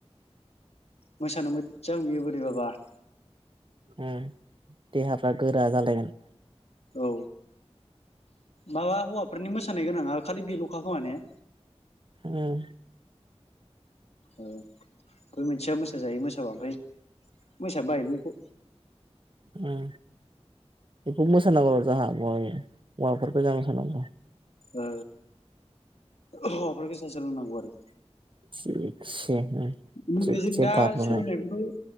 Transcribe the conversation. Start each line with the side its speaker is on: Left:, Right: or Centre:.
Left: मोसानो मोजां बिबो । है बाबा ।
Right: ओ देहाफ्रा गोरा जालायगोन
Left: औ माबा हौवाफोरनि मोसानाय गोनाङा खालि बेल'खा खोमा ने
Right: उम
Left: औ बय मोनसेया मोसााजायो मोसाबा ओमफ्राय मोसानान बायलै बेखौ
Right: उम बेखौ मोसाना जोंहा- हौवाफोर गोजा मोसानां जोंहा।
Left: ओ हौवाफोरखौ गोजाया सोलोंनांगौ आरो
Right: से
Left: नैबे
Right: थकसे
Left: जों दा
Right: बारनाय
Left: सोलोंनायखौथ'